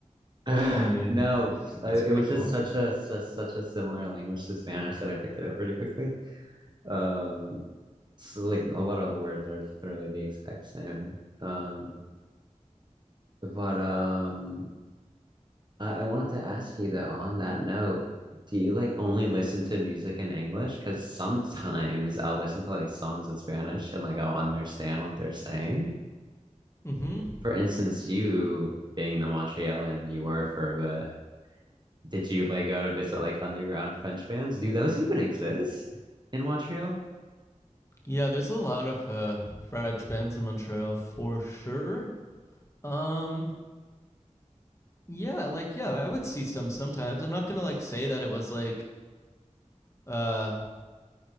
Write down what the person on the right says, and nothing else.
<laughs>
No,
I- it
was
just <laughs> such a such, such a similar language to Spanish that I picked it up pretty quickly. Um, so like a lot of the words are literally the exact same. Um, but um, I, I wanted to ask you though, on that note, do you like only listen to music in English? Because sometimes I'll listen to like songs in Spanish and like I'll understand what they're saying.
For instance, you being the Montrealan you were for a bit. Did you like go to visit like underground French bands? Do those even exist in Montreal?